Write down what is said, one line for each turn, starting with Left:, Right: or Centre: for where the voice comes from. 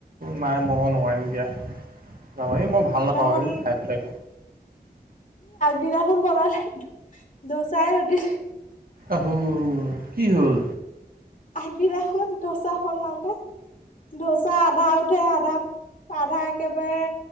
Right: নাই মই নোৱাৰিম। <unintelligible> এই মই ভাল
Left: সেইদিনাখন
Right: নাপাওঁ এই খাই পেলাই।
Left: দিনাখন বনালে দোচাই ৰুটি
Right: আহো কি হ'ল।
Left: আগদিনাখন দ'চাখন হওঁতে। ধোচা আধা উঠে আধা- আধা একেবাৰে